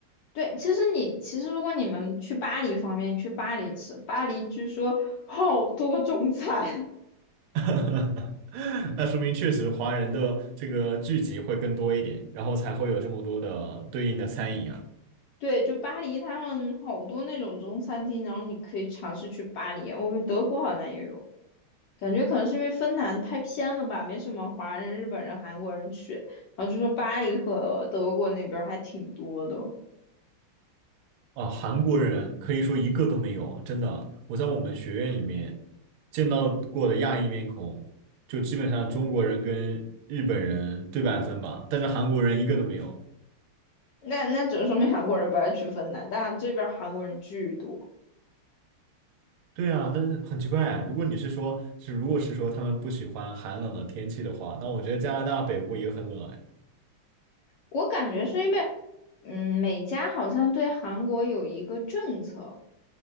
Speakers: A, on the left; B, on the right.
A: 对，其实你其实如果你们去巴黎方面，你去巴黎吃，巴黎据说 <laughs> 好多中餐。
B: <laughs> 那说明确实华人的这个聚集会更多一点，然后才会有这么多的对应的餐饮啊。
A: <laughs> 对，就巴黎他们好多那种中餐厅，然后你可以尝试去巴黎。我们德国好像也有，感觉可能是因为芬兰太偏了吧，没什么华人、日本人、韩国人去。然后就说巴黎和德国那边儿还挺多的，
B: 啊，韩国人可以说一个都没有，真的。我在我们学院里面见到过的亚裔面孔，就基本上中国人跟日本人对半分吧，但是韩国人一个都没有。
A: 那那只能说明韩国人不爱去芬兰，但这边儿韩国人巨多。
B: 对啊，那很奇怪啊。如果你是说，是如果是说他们不喜欢寒冷的天气的话，那我觉得加拿大北部也很冷啊
A: 我感觉是因为，嗯，美加好像对韩国有一个政策。